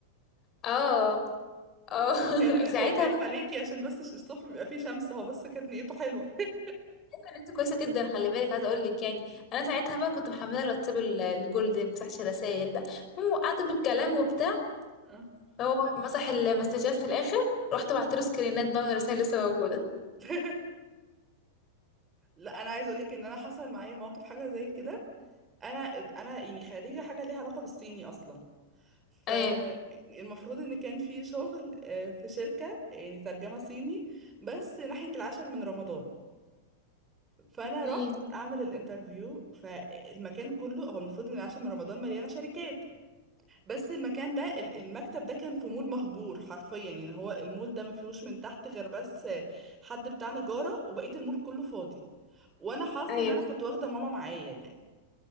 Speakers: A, on the left; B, on the right.
A: اه اه
B: خلي بالك
A: <laughs> ساعتها
B: هو خايف
A: بقى
B: عليكي عشان بس الصبح بيبقى فيه شمس هو بس كانت نيته حلوة <laughs>
A: كانت كويسه جدا خلي بالك عايزه اقول لك يعني انا ساعتها بقى كنت محمله الواتساب ال- الجولد اللي ما بيفتحش الرسايل ده المهم وقعت بالكلام وبتاع
B: اه
A: هو مسح المسجات في الاخر رحت بعت له سكرينات بقى والرسايل لسه موجوده
B: <laughs> لا انا عايز اقولك ان انا حصل معايا موقف حاجه زي كده انا انا يعني خريجه حاجه ليها علاقه بالصيني اصلا فالمفروض
A: ايوه
B: ان كان في شغل آه، في شركه يعني ترجمه صيني بس ناحيه العاشر من رمضان فانا
A: امم
B: رحت اعمل الانترفيو فالمكان كله هو المفروض ان العاشر من رمضان مليانه شركات بس المكان ده ال- المكتب ده كان في مول مهجور حرفيا يعني هو المول ده ما فيهوش من تحت غير بس حد بتاع نجاره وبقيه المول كله فاضي وانا حظي
A: ايوه
B: ان انا كنت واخده ماما معايا يعني